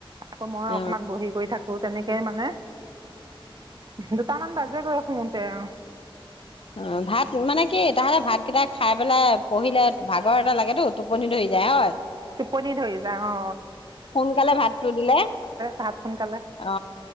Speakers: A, on the right; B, on the left.
A: আকৌ মই
B: অ
A: অকণমান বহি কৰি থাকো ব তেনে কে মানে দুটামান বাজে গৈ শুতে উম
B: অ ভাত মানে কি তাহলে ভাত কেইটা খাই পেলাই পঢ়িলে ভাগৰ এটা লাগেতো টোপনি ধৰি যায় হয়
A: টোপনি ধৰি যায় অ
B: সোনকালে ভাতটো দিলে
A: ভাত সোনকালে
B: অ